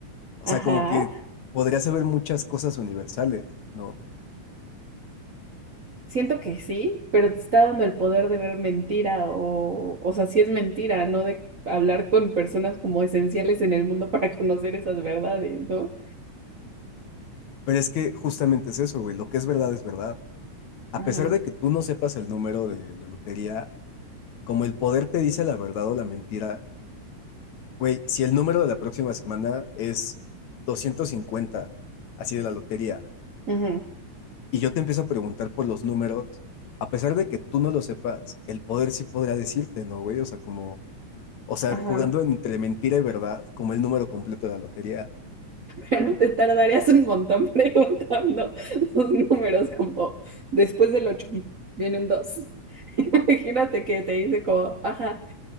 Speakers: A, on the left (about 70°); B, on the right (about 45°).
A: o
B: Ajá.
A: sea, como que podrías saber muchas cosas universales, ¿no?
B: Siento que sí, pero te está dando el poder de ver mentira o, o sea, si es mentira, no de hablar con personas como esenciales en el mundo para <laughs> conocer esas verdades, ¿no?
A: Pero es que justamente es eso, güey, lo que es verdad es verdad. A
B: Ajá,
A: pesar de que tú no sepas el número de la lotería, como el poder te dice la verdad o la mentira, Güey, si el número de la próxima semana es 250, así de la lotería,
B: ajá,
A: y yo te empiezo a preguntar por los números, a pesar de que tú no lo sepas, el poder sí podrá decirte, ¿no, güey? O sea, como, o sea,
B: ajá.
A: jugando entre mentira y verdad, como el número completo de la lotería.
B: Pero <laughs> te tardarías un montón <laughs> preguntando los números como después del 8 viene un 2. <laughs> Imagínate que te dice como, ajá,